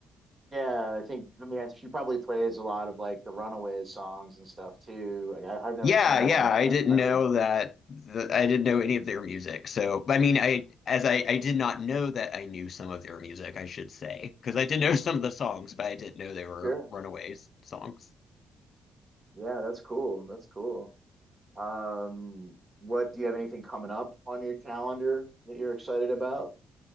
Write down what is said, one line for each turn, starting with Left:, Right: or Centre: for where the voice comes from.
Right: yeah, I think I mean she probably plays a lot of like the Runaways songs and stuff too. Like I, I've never
Left: Yeah,
Right: seen her
Left: yeah,
Right: live,
Left: I
Right: but I,
Left: didn't know
Right: I would.
Left: that the, I didn't know any of their music. So, I mean, I as I I did not know that I knew some of their music, I should say, because I did know <laughs> some of the songs, but I didn't know they were
Right: Sure.
Left: Runaways songs.
Right: Yeah, that's cool. That's cool. Um, what do you have anything coming up on your calendar that you're excited about?